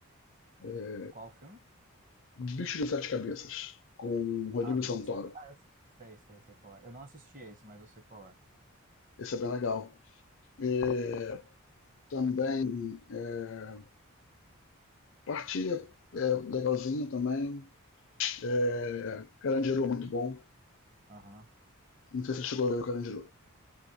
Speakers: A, on the left; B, on the right.
A: É,
B: Qual o filme?
A: Bicho de Sete Cabeças, com Rodrigo
B: Ah, Bicho
A: Santoro.
B: de Sete. Ah, eu sei, sei, sei qual é. Eu não assisti esse, mas eu sei qual é.
A: Esse é bem legal. É, também é, Partilha é legalzinho também. É, Carandiru é muito bom.
B: Aham.
A: Não sei se você chegou a ver o Carandiru.